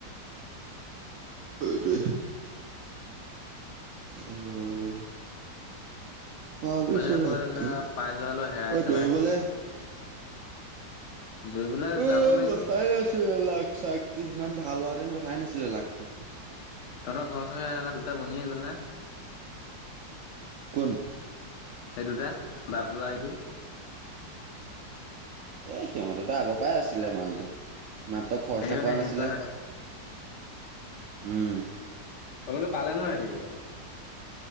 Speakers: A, on the right; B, on the left.
A: এইটোৱে। অ লব লাগিব। ভাবিছো
B: পাছত আকৌ
A: তাকে
B: এলা পাই যোৱা হলেও হেৰাই
A: অ
B: চেলাই
A: দৌৰিবলে।
B: লৈ পেলাই
A: উম
B: যাব লাগিব
A: কচাই আছিলে লাক চাক। বিষ সিমান ভাল হোৱাহেতেন কথাই নাছিলে লাকটো।
B: তহঁতৰ ঘৰৰ ওচৰৰে এলা দুটা বনিয়ে গল না।
A: কোন?
B: এই দুটা বাবলু আও ইটো।
A: এ সিহঁত দুটা আগৰ পৰাই আছে। ছিলে মালটো মাত্ৰ খৰচা
B: হেৰি মানে
A: কোৱা নাছিলে।
B: হেৰি কৰা
A: উম।
B: হলেও টো পালে নহ ৰাতিকে।